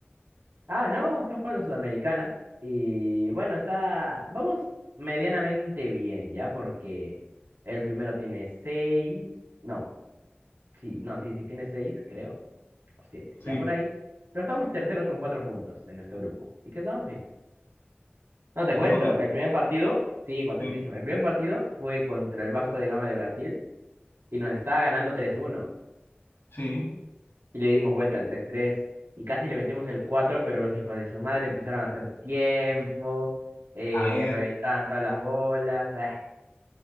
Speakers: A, on the right; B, on the left.
A: Ah, no, está jugando Sudamericana. Y bueno, está. Vamos medianamente bien, ¿ya? Porque el primero tiene seis. No, sí, no, sí, sí, tiene seis, creo. O siete, ya
B: Sí.
A: por ahí. Pero estamos terceros con cuatro puntos en nuestro grupo. Así que estamos bien. No, te
B: ¿Estás
A: cuento,
B: contento?
A: el primer partido. Sí, contentísimo.
B: Sí.
A: El primer partido fue contra el Vasco de Gama de Brasil y nos estaba ganando tres uno
B: Sí.
A: y le dimos vuelta al tres tres y casi le metimos el 4 pero los hijos de su madre empezaron a hacer tiempo, eh,
B: Está bien.
A: reventaban todas las bolas, ah,